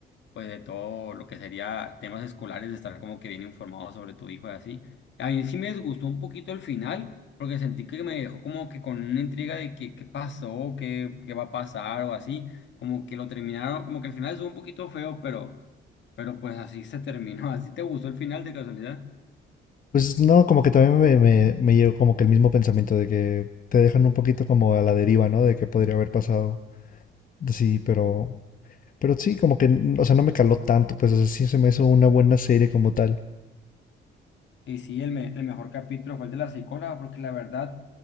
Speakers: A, on the left; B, on the left.
A: pues de todo lo que sería temas escolares, de estar como que bien informado sobre tu hijo y así. A mí sí me disgustó un poquito el final, porque sentí que me dejó como que con una intriga de que, qué pasó, qué, qué va a pasar o así, como que lo terminaron, como que el final estuvo un poquito feo, pero, pero pues así se terminó. <laughs> ¿Así te gustó el final de casualidad?
B: Pues no, como que también me, me, me llegó como que el mismo pensamiento de que te dejan un poquito como a la deriva, ¿no? De qué podría haber pasado. Sí, pero, pero sí, como que, n- o sea, no me caló tanto, pues o sea, sí se me hizo una buena serie como tal.
A: Y sí, el, me- el mejor capítulo fue el de la psicóloga, porque la verdad,